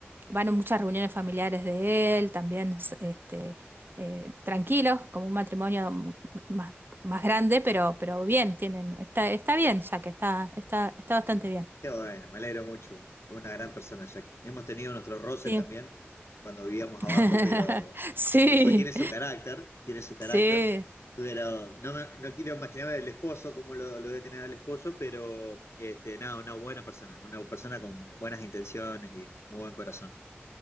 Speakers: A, on the right; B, on the left.
A: van a muchas reuniones familiares de él, también este, eh, tranquilos, como un matrimonio mm, más más grande, pero, pero bien, tienen, está, está bien, ya que está, está, está bastante bien.
B: Qué bueno, me alegro mucho. Es una gran persona, Jack. Hemos tenido nuestros roces
A: Sí.
B: también cuando vivíamos
A: <laughs>
B: abajo, pero
A: Sí,
B: pues tiene su carácter, tiene su carácter.
A: sí,
B: Pero no, me- no quiero imaginarme el esposo, cómo lo, lo debe tener el esposo, pero este, nada, una buena persona, una persona con buenas intenciones y muy buen corazón.